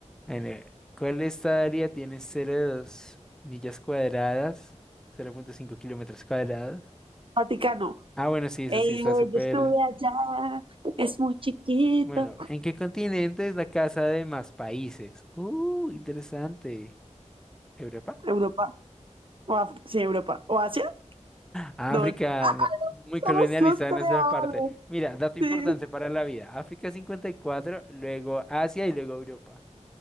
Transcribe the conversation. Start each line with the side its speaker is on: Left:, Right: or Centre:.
Centre: En el- ¿cuál de esta área tiene 0.2 millas cuadradas? 0.5 kilómetros cuadrados.
Right: Vaticano.
Centre: Ah, bueno, sí, eso
Right: Eh,
Centre: sí está
Right: yo
Centre: súper.
Right: estuve allá, es muy chiquito.
Centre: Bueno, ¿en qué continente es la casa de más países? Uh, interesante. ¿Europa?
Right: Europa, o Af- sí, Europa, o Asia,
Centre: África,
Right: no,
Centre: no, muy
Right: somos
Centre: colonialista
Right: los peores,
Centre: de nuestra parte. Mira, dato importante
Right: sí.
Centre: para la vida. África 54, luego Asia y luego Europa.